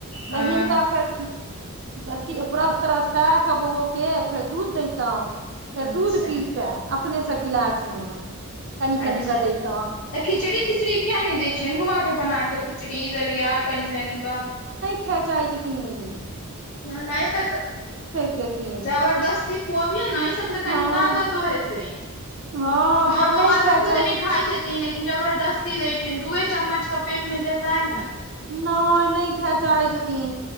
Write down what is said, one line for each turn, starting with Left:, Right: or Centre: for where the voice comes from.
Left: हँ
Right: त हिनका फेर अथ ब्रश त्रश करा केँ बौओ केँ फेर दूध देैतहु फेर
Left: अच्छा
Right: दूध पीबते अपनेसँ गिलासमे कनि कनि
Left: अच्छा
Right: कऽ दैतौ
Left: तऽ खिचड़ी तिचड़ी किया नहि दैत छियैन बौआ केँ बना कऽ खिचड़ी दरिया कनि कनि कऽ
Right: खेचाइ छै त <unintelligible>
Left: नहि तऽ
Right: देथिन
Left: जबरदस्ती खुअबिऔ न इ सबसँ
Right: हँ
Left: कनि ताकतो हेतैय
Right: हँ
Left: हमर
Right: पर
Left: बौआ
Right: नहि खाय
Left: तऽ खुद
Right: चाहै
Left: नहि खाइ छै लेकिन जबरदस्ती दै छै दूए चम्मच केँ पेट मे जेताय
Right: नहि नहि खए चाहै छथिन